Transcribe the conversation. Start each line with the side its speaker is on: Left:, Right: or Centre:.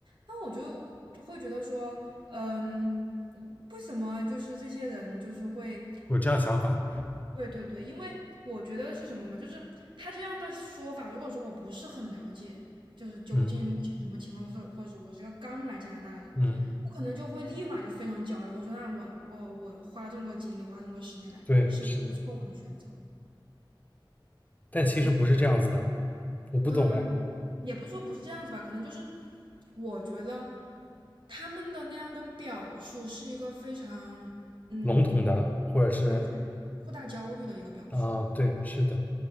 Right: 然后我就就会觉得说，嗯，嗯为什么就是这些人就是会
Left: 我这样想法，
Right: 对对对，因为我觉得是什么嘛，就是他这样的说法，如果说我不是很了解，就是究竟目前什么情况，
Left: 嗯
Right: 或是或者是我是个刚来加拿大的人，
Left: 嗯，
Right: 我可能就会立马就非常焦虑，我说那我我我花了这么多精力，花这么多时间来，
Left: 对，
Right: 是不是一个错误的选择？
Left: 是的，但其实不是这样子的，
Right: 反正
Left: 我不懂哎，
Right: 嗯，也不是说不是这样子吧，可能就是我觉得他们的那样的表述是一个非常嗯，
Left: 笼统的，或者是
Right: 对，扩大焦虑的一个表述。
Left: 啊，对，是的，